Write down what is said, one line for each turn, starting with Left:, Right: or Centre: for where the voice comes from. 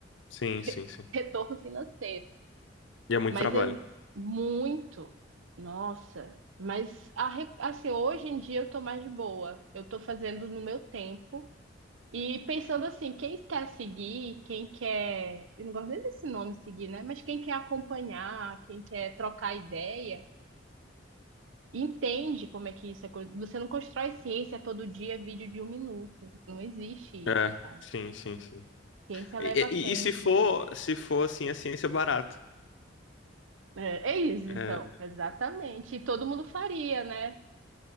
Left: Sim, sim,
Right: <laughs>
Left: sim.
Right: Retorno financeiro.
Left: E é muito
Right: Mas
Left: trabalho.
Right: eu muito. Nossa, mas a re- assim, hoje em dia eu tô mais de boa. Eu tô fazendo no meu tempo. E pensando assim, quem quer seguir, quem quer, eu não gosto nem desse nome seguir, né? Mas quem quer acompanhar, quem quer trocar ideia, entende como é que isso é. co- Você não constrói ciência todo dia, vídeo de um minuto. Não existe
Left: É,
Right: isso, sabe?
Left: sim, sim, sim.
Right: Ciência
Left: E,
Right: leva tempo.
Left: e- e se for, se for assim, a ciência barata.
Right: É, é isso,
Left: É,
Right: então, exatamente. E todo mundo faria, né?